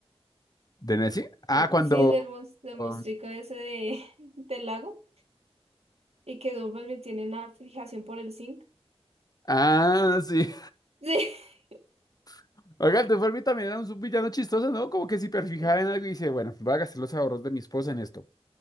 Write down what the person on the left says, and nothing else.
¿De Nessie? Ah,
cuando.
um,
Ah, sí.
<laughs> Oiga, el Dufermi también era un villano chistoso, ¿no? Como que se hiperfijaba
en algo y dice, bueno, voy a gastar los ahorros de mi esposa en esto,